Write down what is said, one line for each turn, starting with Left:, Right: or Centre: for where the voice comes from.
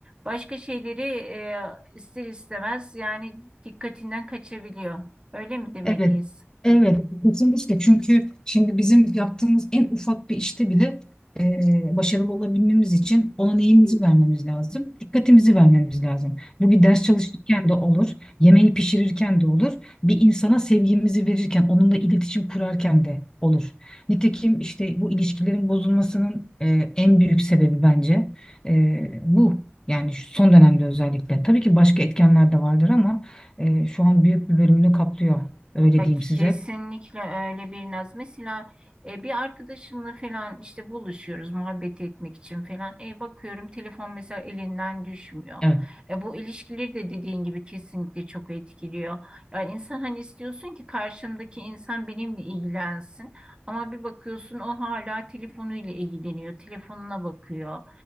Right: başka şeyleri e, ister istemez yani dikkatinden kaçabiliyor. Öyle mi demeliyiz?
Left: Evet, evet kesinlikle çünkü şimdi bizim yaptığımız en ufak bir işte bile e, başarılı olabilmemiz için ona neyimizi vermemiz lazım, dikkatimizi vermemiz lazım. Bu bir ders çalışırken de olur, yemeği pişirirken de olur, bir insana sevgimizi verirken, onunla iletişim kurarken de olur. Nitekim işte bu ilişkilerin bozulmasının e, en büyük sebebi bence e, bu. Yani şu son dönemde özellikle. Tabii ki başka etkenler de vardır ama e, şu an büyük bir bölümünü kaplıyor. Öyle
Right: Ya
Left: diyeyim
Right: kesinlikle
Left: size.
Right: öyle bir naz. Mesela e, bir arkadaşımla falan işte buluşuyoruz muhabbet etmek için falan. E, bakıyorum telefon mesela elinden düşmüyor.
Left: Evet.
Right: E, bu ilişkileri de dediğin gibi kesinlikle çok etkiliyor. Ya insan hani istiyorsun ki karşımdaki insan benimle ilgilensin. Ama bir bakıyorsun o hala telefonuyla ilgileniyor. Telefonuna bakıyor.